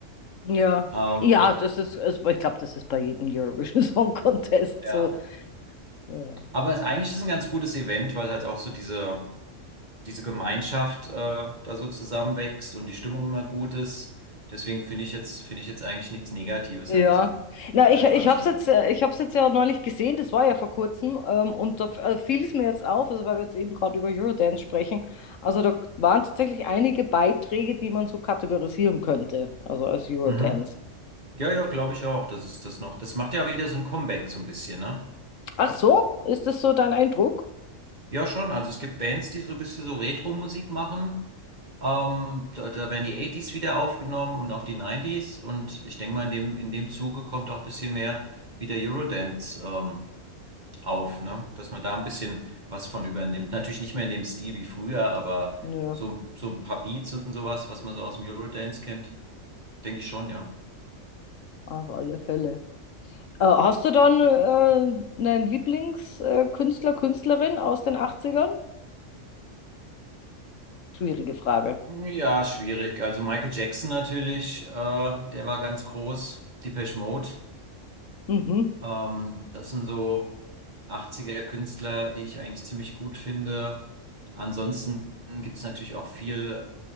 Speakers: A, on the left (about 75°); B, on the right (about 35°).
A: ja.
B: ähm,
A: Ja, das ist, also ich glaube, das ist bei jedem Eurovision Song Contest
B: ja.
A: so. Ja.
B: aber es, eigentlich ist es ein ganz gutes Event, weil halt auch so diese diese Gemeinschaft äh, da so zusammenwächst und die Stimmung immer gut ist. Deswegen finde ich jetzt, finde ich jetzt eigentlich nichts Negatives
A: Ja,
B: an diesem,
A: na,
B: an dieser
A: ich, ich
B: Veranstaltung.
A: habe es jetzt, äh, ich hab's jetzt ja neulich gesehen, das war ja vor kurzem, ähm, und da f- äh, fiel es mir jetzt auf, also weil wir jetzt eben gerade über Eurodance sprechen, also da waren tatsächlich einige Beiträge, die man so kategorisieren könnte, also als Eurodance.
B: Mhm. Ja, ja, glaube ich auch, dass es das noch. Das macht ja wieder so ein Comeback so ein bisschen, ne?
A: Ach so, ist das so dein Eindruck?
B: Ja, schon. Also es gibt Bands, die so ein bisschen so Retro-Musik machen. Ähm, da, da werden die 80 wieder aufgenommen und auch die 90 Und ich denke mal, in dem, in dem Zuge kommt auch ein bisschen mehr wieder Eurodance. Ähm, auf, ne? Dass man da ein bisschen was von übernimmt. Natürlich nicht mehr in dem Stil wie früher, aber
A: Ja,
B: so, so ein paar Beats und sowas, was man so aus dem Eurodance kennt, denke ich schon, ja.
A: auf alle Fälle. Äh, hast du dann äh, einen Lieblingskünstler, Künstlerin aus den Achtzigern? Schwierige Frage.
B: Ja, schwierig. Also Michael Jackson natürlich, äh, der war ganz groß. Depeche Mode,
A: Mhm.
B: ähm, das sind so 80er Künstler, die ich eigentlich ziemlich gut finde. Ansonsten gibt es natürlich auch viel